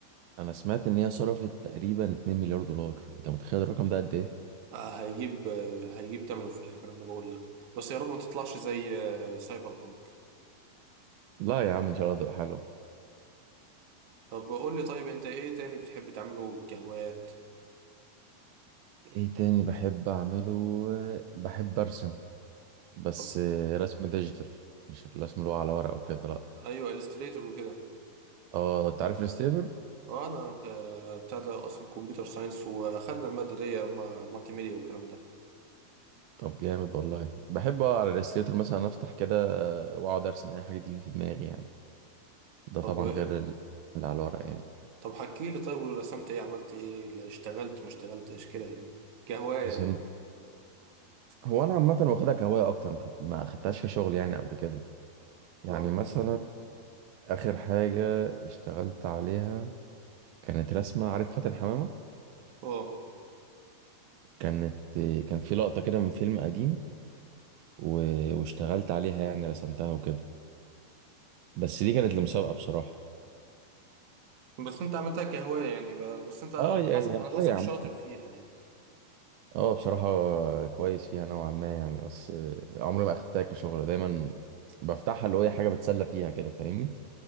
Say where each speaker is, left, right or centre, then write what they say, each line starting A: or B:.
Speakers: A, on the right (about 80°); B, on the right (about 50°).
A: انا سمعت ان هي صرفت تقريبا 2 مليار دولار انت متخيل الرقم ده قد ايه
B: آه، هيجيب آه، هيجيب تمنه في الاخر انا بقول لك بس يا رب ما تطلعش زي آه، سايبر بانك
A: لا يا عم ان شاء الله تبقى حلو
B: طب قول لي طيب انت ايه تاني بتحب تعمله كهوايات
A: ايه تاني بحب اعمله بحب ارسم بس
B: طب
A: رسم ديجيتال مش الرسم اللي هو على ورق وكده لا
B: ايوه الستريتور وكده
A: اه انت عارف الستيتور
B: اه انا ك- بتاع ده اصلا كمبيوتر ساينس واخدنا المادة دي ما- مالتي ميديا والكلام ده
A: طب جامد والله بحب اقعد على الستيتور مثلا افتح كده واقعد ارسم اي حاجه تيجي في دماغي يعني ده
B: طب
A: طبعا غير ال- اللي على الورق يعني
B: طب حكي لي طيب ورسمت ايه عملت ايه لا اشتغلت ما اشتغلتش كده يعني كهواية
A: رسمت
B: يعني
A: هو انا عامه واخدها كهوايه اكتر ما خد- ما خدتهاش كشغل يعني قبل كده يعني
B: اه
A: مثلا آخر حاجة اشتغلت عليها كانت رسمة عارف فاتن حمامة
B: اه
A: كانت كان في لقطة كده من فيلم قديم و... واشتغلت عليها يعني رسمتها وكده بس دي كانت لمسابقة بصراحة
B: بس انت عملتها كهواية يعني ب- بس انت
A: اه يا
B: حس...
A: يا
B: انا حاسك
A: هو يا عم
B: شاطر فيها يعني
A: اه بصراحة كويس فيها نوعا ما يعني بس آه، عمري ما أخدتها كشغل دايما بفتحها اللي هو هي حاجة بتسلى فيها كده فاهمني